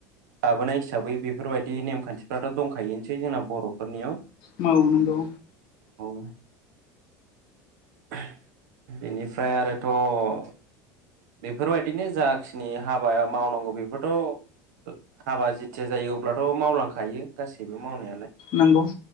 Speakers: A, on the right; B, on the left.
A: लाबोनाय दा बै बेफोरबायदि नेमखान्थिफ्राथ' दंखायोनोसै जोंना बर'फोरनियाव
B: मावो नोंगौ
A: <unintelligible> बेनिफ्राय आरोथ' बेफोरबायदिनो जाखिनि हाबाया मावनांगौ बेफोरथ' हाबा जेथिया जायो अब्लाथ' मावलांखायो गासैबो मावनायालाय
B: नंगौ